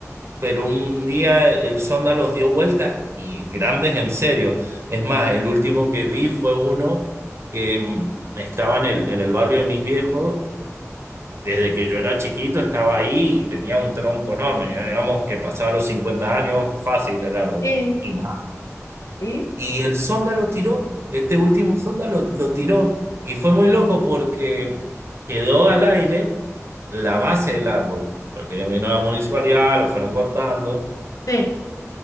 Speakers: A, on the right; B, on the left.
A: pero un día el sonda los dio vuelta y grandes en serio. Es más, el último que vi fue uno que mm, estaba en el, en el barrio de mis viejos desde que yo era chiquito estaba ahí y tenía un tronco enorme, ya digamos que pasaba los 50 años fácil el árbol
B: Sí,
A: y más.
B: sí.
A: Y el sonda lo tiró, este último sonda lo, lo tiró y fue muy loco porque quedó al aire la base del árbol, porque vino la municipalidad, lo fueron cortando
B: Sí.